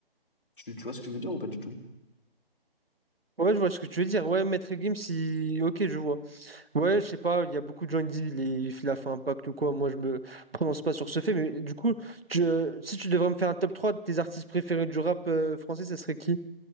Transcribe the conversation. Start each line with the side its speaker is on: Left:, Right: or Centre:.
Left: Tu, tu vois ce que je veux dire ou pas du tout?
Right: Ouais, je vois ce que tu veux dire. Ouais, Maître Gims, si... Ok, je vois. Ouais, je sais pas, il y a beaucoup de gens qui disent il, est- il a fait un pacte ou quoi. Moi, je me prononce pas sur ce fait, mais du coup, tu- euh, si tu devrais me faire un top 3 de tes artistes préférés du rap euh, français, ça serait qui?